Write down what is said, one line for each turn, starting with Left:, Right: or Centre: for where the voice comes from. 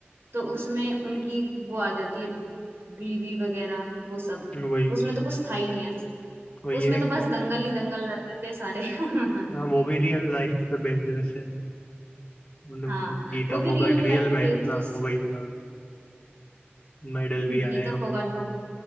Right: तो उसमें उनकी वो आ जाती है बीवी वगैरह वो सब
Left: वही
Right: उसमें
Left: उसमें
Right: तो कुछ था ही नहीं ऐसा
Left: वही
Right: उसमें
Left: है
Right: तो बस दंगल ही दंगल लड़ते थे सारे <laughs>
Left: हाँ वो भी रियल लाइफ पे बेस्ड है वैसे मतलब
Right: हाँ
Left: गीता
Right: वो भी
Left: फोगाट
Right: रियल
Left: रियल
Right: लाइफ पे
Left: में है।
Right: बेस्ड
Left: हाँ
Right: है,
Left: वही हाँ मेडल भी
Right: गीता
Left: आए हैं
Right: फोगाट बुक